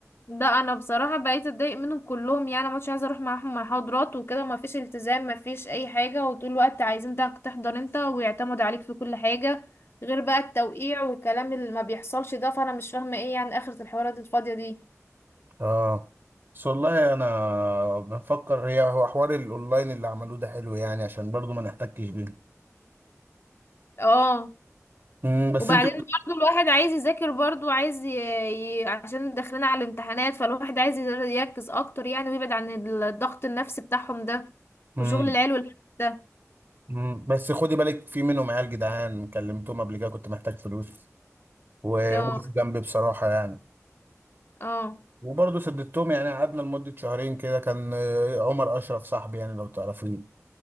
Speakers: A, on the left; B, on the right.
A: لا انا بصراحه بقيت اتضايق منهم كلهم يعني ما كنتش عايزه اروح معاهم محاضرات وكده ما فيش التزام ما فيش اي حاجه وطول الوقت عايزين ده تحضر انت ويعتمد عليك في كل حاجه غير بقى التوقيع والكلام اللي ما بيحصلش ده فانا مش فاهمه ايه يعني اخره الحوارات الفاضيه دي
B: اه بس والله انا بنفكر هي هو حوار الاونلاين اللي عملوه ده حلو يعني عشان برضو ما نحتكش بيه
A: اه
B: مم. بس
A: وبعدين
B: انت
A: برضو الواحد عايز يذاكر برضو عايز ي... ي... عشان داخلين على الامتحانات فالواحد عايز يركز اكتر يعني ويبعد عن الضغط النفسي بتاعهم ده
B: مم.
A: وشغل العيال والحاجات ده
B: مم. بس خدي بالك في منهم عيال جدعان كلمتهم قبل كده كنت محتاج فلوس ووقفوا
A: اه
B: جنبي بصراحة يعني
A: اه
B: وبرضه سددتهم يعني قعدنا لمدة شهرين كده كان آه، عمر أشرف صاحبي يعني لو تعرفيه